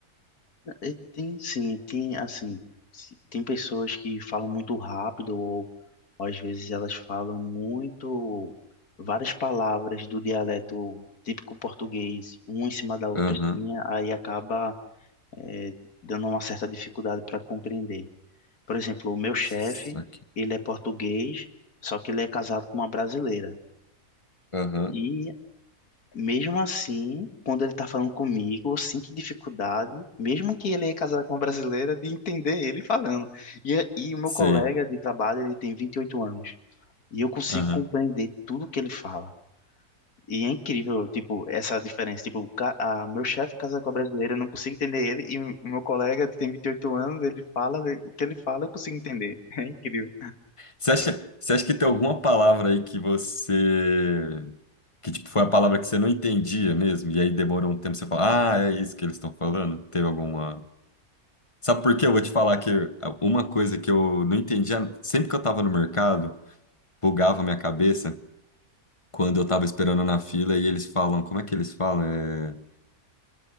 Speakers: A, on the left; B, on the left.
A: E tem sim, tem assim, se- tem pessoas que falam muito rápido ou, ou às vezes elas falam muito várias palavras do dialeto típico português, uma em cima da outra
B: Aham.
A: assim, aí acaba é, dando uma certa dificuldade para compreender. Por exemplo, o meu chefe,
B: Saquei.
A: ele é português, só que ele é casado com uma brasileira.
B: Aham.
A: E mesmo assim, quando ele tá falando comigo, eu sinto dificuldade, mesmo que ele é casado com uma brasileira, de entender ele falando. E, e o meu
B: Sei.
A: colega de trabalho, ele tem 28 anos. E eu consigo
B: Aham.
A: compreender tudo que ele fala. E é incrível, tipo, essa diferença. Tipo, o ca- a, meu chefe casar com a brasileira, eu não consigo entender ele. E o meu colega que tem 28 anos, ele fala, o que ele fala, eu consigo entender. <laughs> É incrível.
B: Você acha, você acha que tem alguma palavra aí que você. Que tipo, foi a palavra que você não entendia mesmo? E aí demorou um tempo você falar, ah, é isso que eles estão falando? Teve alguma. Sabe por quê? Eu vou te falar que uma coisa que eu não entendia, sempre que eu tava no mercado, bugava a minha cabeça quando eu tava esperando na fila e eles falam, como é que eles falam? É,